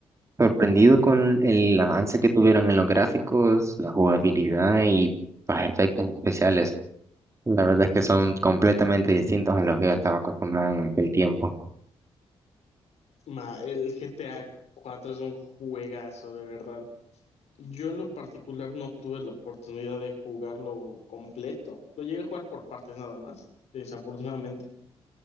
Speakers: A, on the right; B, on the left.
A: sorprendido con el avance que tuvieron en los gráficos, la jugabilidad y los efectos especiales. La verdad es que son completamente distintos a lo que yo estaba acostumbrado en aquel tiempo.
B: Ma, el GTA cuatro es un juegazo, de verdad. Yo en lo particular no tuve la oportunidad de jugarlo completo. Lo llegué a jugar por partes nada más, desafortunadamente.